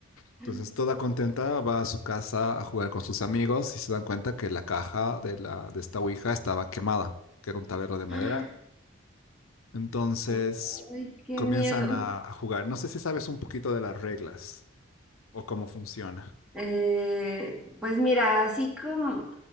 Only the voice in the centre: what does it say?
<gasps>
Ah,
ok. Ay, qué
miedo.
Eh, pues mira, así como